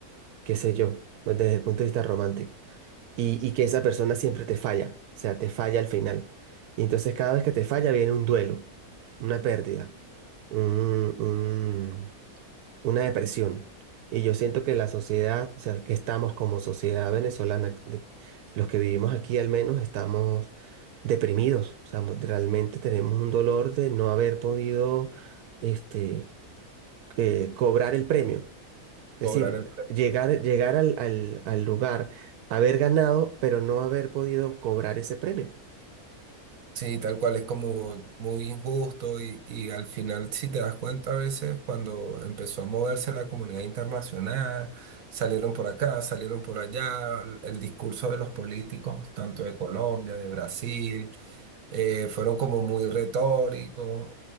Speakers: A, on the right; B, on the right.
A: qué sé yo, desde el punto de vista romántico, y, y que esa persona siempre te falla, o sea, te falla al final. Y entonces cada vez que te falla viene un duelo, una pérdida, un un una depresión. Y yo siento que la sociedad, o sea, que estamos como sociedad venezolana, de- los que vivimos aquí al menos, estamos deprimidos. O sea, mo- realmente tenemos un dolor de no haber podido, este, eh, cobrar el premio. Es
B: Cobrar
A: decir,
B: el
A: llegar, llegar al, al, al lugar, haber ganado, pero no haber podido cobrar ese premio.
B: Sí, tal cual, es como muy injusto y, y al final, si te das cuenta, a veces cuando empezó a moverse la comunidad internacional, salieron por acá, salieron por allá, el el discurso de los políticos, tanto de Colombia, de Brasil, eh, fueron como muy retóricos,